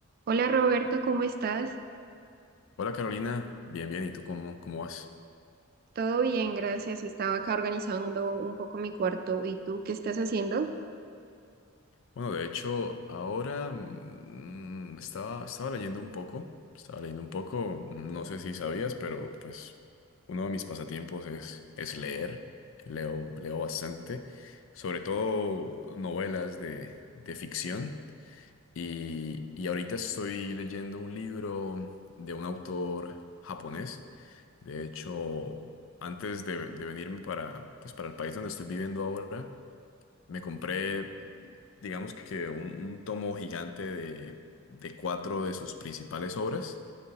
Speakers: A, on the right (about 45°); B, on the left (about 65°).
A: Hola Roberto, ¿cómo estás?
B: Hola Carolina, bien, bien, ¿y tú cómo, cómo vas?
A: Todo bien, gracias. Estaba acá organizando un poco mi cuarto. ¿Y tú qué estás haciendo?
B: Bueno, de hecho, ahora mm, estaba, estaba leyendo un poco, estaba leyendo un poco, no sé si sabías, pero pues uno de mis pasatiempos es, es leer, leo, leo bastante, sobre todo novelas de, de ficción y, y ahorita estoy leyendo un libro de un autor japonés, de hecho, antes de, de venirme para, pues, para el país donde estoy viviendo ahora, Me compré, digamos que un, un tomo gigante de, de cuatro de sus principales obras.